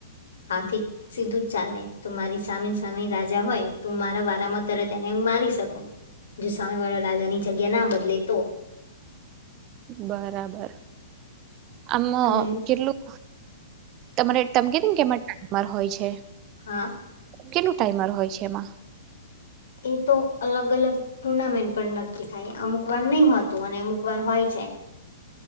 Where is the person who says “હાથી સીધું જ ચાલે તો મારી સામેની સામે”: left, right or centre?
Left